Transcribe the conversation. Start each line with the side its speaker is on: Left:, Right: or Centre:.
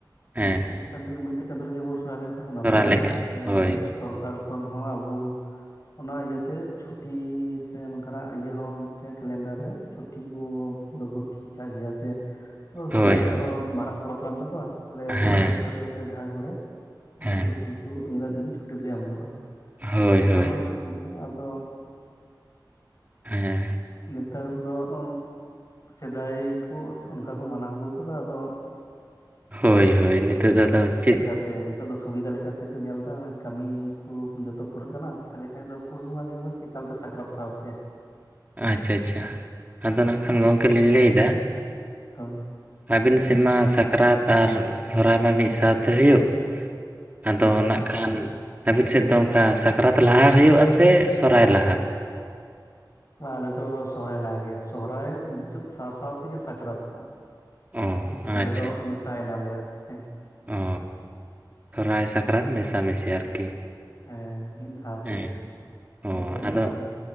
Right: ᱦᱮᱸ
Left: ᱢᱤᱫ ᱪᱟᱸᱫᱳ ᱢᱤᱫᱴᱮᱡ ᱪᱟᱸᱫᱳ ᱨᱮᱜᱮᱵᱚᱱ ᱥᱚᱨᱦᱟᱭ ᱞᱮᱱ ᱱᱟᱯᱟᱭᱚᱜᱼᱟ
Right: ᱥᱚᱨᱦᱟᱭ ᱞᱮᱠᱟ
Left: ᱥᱮ
Right: ᱦᱳᱭ
Left: ᱥᱚᱨᱠᱟᱨ ᱠᱷᱚᱱ ᱦᱚᱸ ᱟᱵᱚ ᱚᱱᱟ ᱤᱭᱟᱹᱛᱮ ᱪᱷᱩᱴᱤ ᱥᱮ ᱱᱚᱝᱠᱟᱱᱟᱜ ᱤᱭᱟᱹ ᱦᱚᱸ ᱢᱤᱫᱴᱮᱡ ᱠᱮᱞᱮᱱᱰᱟᱨ ᱨᱮ ᱪᱷᱩᱴᱤ ᱠᱚ ᱯᱩᱨᱟᱹ ᱠᱚ ᱴᱷᱤᱠ ᱠᱟᱜ ᱜᱮᱭᱟ ᱡᱮ ᱟᱫᱚ
Right: ᱦᱳᱭ
Left: ᱥᱟᱱᱛᱟᱲ
Right: ᱦᱳᱭ
Left: ᱠᱚᱣᱟᱜ ᱢᱟᱨᱟᱝ ᱯᱚᱨᱚᱵ ᱠᱟᱱ ᱛᱟᱠᱚᱣᱟ ᱛᱟᱦᱞᱮ
Right: ᱦᱮᱸ
Left: ᱚᱯᱷᱤᱥ ᱠᱚᱨᱮ ᱥᱮ ᱡᱟᱦᱟᱸ ᱠᱚᱨᱮ ᱢᱤᱫᱴᱮᱡ
Right: ᱦᱮᱸ
Left: ᱪᱷᱩᱴᱤ ᱠᱚ ᱱᱤᱱᱟᱹᱜ ᱫᱤᱱ ᱪᱷᱩᱴᱤ ᱠᱚ ᱮᱢ ᱜᱚᱜᱼᱟ
Right: ᱦᱳᱭ
Left: ᱚᱱᱟ
Right: ᱦᱳᱭ
Left: ᱦᱚᱸ ᱴᱷᱤᱠ ᱜᱮᱭᱟ ᱟᱫᱚ
Right: ᱦᱮᱸ
Left: ᱱᱮᱛᱟᱨ ᱫᱚ ᱟᱢ ᱥᱮᱫᱟᱭ ᱠᱚ ᱚᱱᱠᱟ ᱠᱚ ᱢᱟᱱᱟᱣ ᱟᱹᱜᱩ ᱟᱠᱟᱫᱟ ᱟᱫᱚ
Right: ᱦᱳᱭ ᱦᱳᱭ ᱱᱤᱛᱚᱜ ᱫᱚ ᱟᱫᱚ ᱪᱮᱫ
Left: ᱛᱮ ᱱᱤᱛᱚᱜ ᱫᱚ ᱥᱩᱵᱤᱫᱟ ᱞᱮᱠᱟ ᱛᱮᱠᱚ ᱧᱮᱞ ᱮᱫᱟ ᱠᱟᱹᱢᱤ ᱠᱚ ᱡᱚᱛᱚ ᱯᱩᱨᱟᱹᱜ ᱠᱟᱱᱟ ᱛᱟᱦᱚᱞᱮ ᱦᱮ ᱟᱫᱚ ᱯᱩᱥ ᱵᱚᱸᱜᱟ ᱜᱮ ᱢᱚᱸᱡᱽ ᱮᱠᱟᱞᱛᱮ ᱥᱟᱠᱨᱟᱛ ᱥᱟᱶᱛᱮ
Right: ᱟᱪᱪᱷᱟ ᱟᱪᱪᱷᱟ ᱟᱫᱚ ᱱᱟᱜ ᱠᱷᱟᱱ ᱜᱚᱝᱠᱮ ᱞᱤᱧ ᱞᱟᱹᱭ ᱫᱟ
Left: ᱦᱳᱭ
Right: ᱟᱹᱵᱤᱱ ᱥᱮᱱ ᱢᱟ ᱥᱟᱠᱨᱟᱛ ᱟᱨ ᱥᱚᱨᱦᱟᱭ ᱢᱟ ᱢᱤᱫ ᱥᱟᱶᱛᱮ ᱦᱩᱭᱩᱜ ᱟᱫᱚ
Left: ᱦᱮᱸ
Right: ᱱᱟᱜ
Left: ᱦᱮᱸ
Right: ᱠᱷᱟᱱ ᱟᱹᱵᱤᱱ ᱥᱮᱫ ᱫᱚ ᱚᱱᱠᱟ ᱥᱟᱠᱨᱟᱛ ᱞᱟᱦᱟ ᱦᱩᱭᱩᱜᱼᱟ ᱥᱮ ᱥᱚᱨᱦᱟᱭ ᱞᱟᱦᱟ?
Left: ᱵᱟ ᱟᱞᱮ ᱫᱚ ᱥᱚᱨᱦᱟᱭ ᱞᱟᱦᱟ ᱜᱮᱭᱟ ᱥᱚᱨᱦᱟᱭ ᱢᱩᱪᱟᱹᱫ ᱥᱟᱶ ᱥᱟᱶ ᱛᱮᱜᱮ ᱥᱟᱠᱨᱟᱛ ᱦᱟᱸᱜ
Right: ᱚ
Left: ᱟᱫᱚ ᱟᱞᱮ
Right: ᱟᱪᱪᱷᱟ
Left: ᱫᱚ
Right: ᱟᱪᱪᱷᱟ
Left: ᱢᱮᱥᱟᱭ ᱱᱟᱞᱮ ᱦᱮᱸ
Right: ᱚ ᱥᱚᱨᱦᱟᱭ ᱥᱟᱠᱨᱟᱛ ᱢᱮᱥᱟᱢᱮᱥᱤ ᱟᱨᱠᱤ
Left: ᱦᱮᱸ ᱢᱤᱫ ᱫᱷᱟᱣ
Right: ᱦᱮᱸ
Left: ᱛᱮᱜᱮ
Right: ᱚ
Left: ᱡᱚᱯᱚᱜ ᱡᱚᱯᱚᱜ
Right: ᱟᱫᱚ
Left: ᱜᱮ